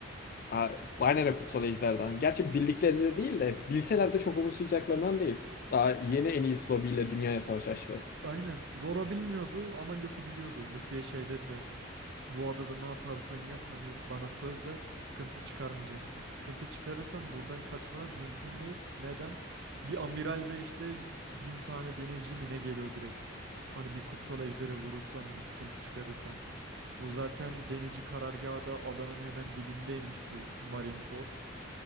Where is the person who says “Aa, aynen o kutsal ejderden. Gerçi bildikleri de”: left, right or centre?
Left